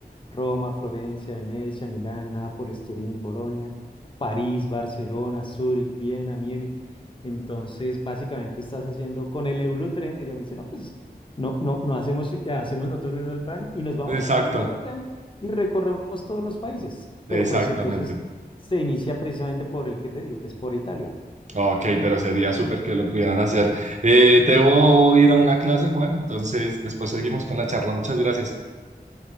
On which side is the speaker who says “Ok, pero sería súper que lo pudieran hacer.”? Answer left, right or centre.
Right